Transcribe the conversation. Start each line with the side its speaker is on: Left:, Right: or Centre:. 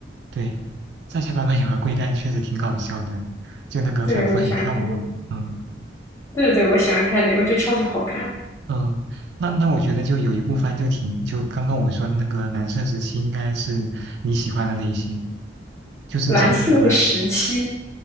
Right: 对，在下版本有个龟干确实挺搞笑的，就那个反复横跳嘛，
Left: 对，我就喜欢看那个。
Right: 嗯
Left: 对对对，我喜欢看那个，我觉得超级好看。
Right: 嗯，那那我觉得就有一部番就挺，就刚刚我说的那个蓝色时期应该是你喜欢的类型，就是讲那个
Left: 蓝色时期